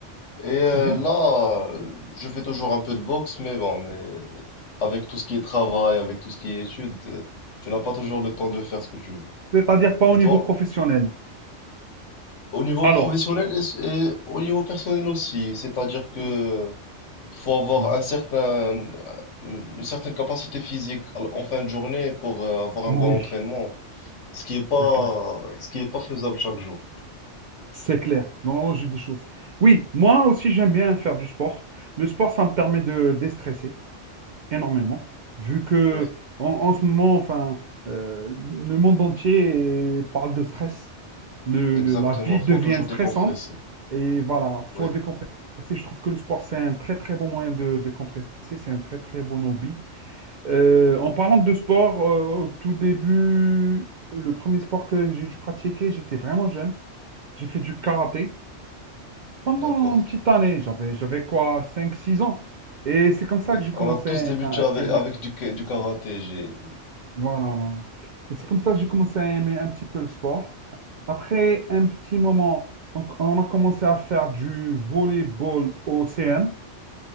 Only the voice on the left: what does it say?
Et
euh,
là, euh, je fais toujours un peu de boxe, mais bon, mais avec tout ce qui est travail, avec tout ce qui est études, euh, tu n'as pas toujours le temps de faire ce que tu veux.
Et
toi?
Au niveau
professionnel et et au niveau personnel aussi, c'est-à-dire que
faut avoir
un certain, une certaine capacité physique en fin de journée pour euh, avoir un
bon entraînement, ce qui est pas,
ce qui est pas faisable chaque jour.
Oui,
exactement.
Faut toujours
décompresser.
Oui,
d'accord.
Oui,
on a tous débuté
avec,
avec du, ka- du karaté. J'ai...